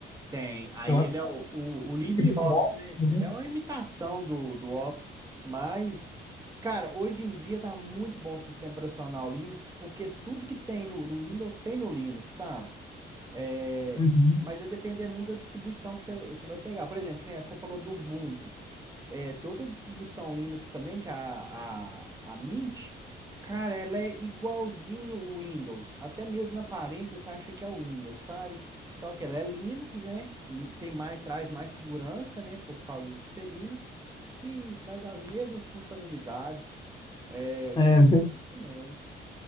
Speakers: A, on the right; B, on the left.
A: Tem. Aí
B: Eu acho
A: ele
B: que
A: é
B: eu vou
A: o, o,
B: falar no
A: o LibreOffice,
B: LibreOffice,
A: né?
B: né?
A: Ele é uma imitação do, do Office, mas, cara, hoje em dia tá muito bom o sistema operacional Linux, porque tudo que tem no, no Windows tem no Linux, sabe? É,
B: Uhum.
A: mas vai depender muito da distribuição que você você vai pegar. Por exemplo, que nem essa, você falou do Ubuntu. É, tem outra distribuição Linux também, que é a, a, a Mint. Cara, ela é igualzinho o Windows. Até mesmo na aparência você acha que é o Windows, sabe? Só que ela é Linux, né? Hum, Tem mais, traz mais segurança, né? Por causa de ser Linux. E traz as mesmas funcionalidades. É, eu
B: É,
A: te recomendo também.